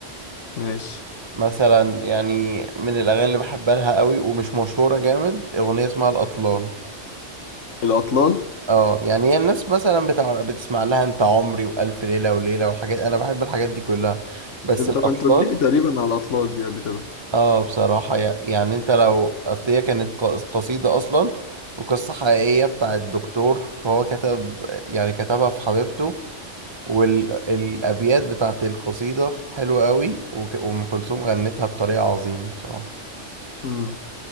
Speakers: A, on the left; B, on the right.
A: ماشي
B: مثلا يعني من الأغاني اللي بحبها لها قوي ومش مشهورة جامد أغنية اسمها الأطلال
A: الاطلال
B: اه يعني هي الناس مثلا بتاع بتسمع لها انت عمري والف ليله وليله والحاجات انا بحب الحاجات دي كلها بس
A: انت
B: الاطلال
A: كنت قلت لي تقريبا على الاطلال دي قبل كده
B: اه بصراحة يع- يعني انت لو اصل هي كانت ق- قصيدة اصلا وقصة حقيقية بتاع الدكتور هو كتب يعني كتبها في حبيبته والابيات بتاعت القصيدة حلوة قوي وك- وام كلثوم غنتها بطريقة عظيمة بصراحة
A: امم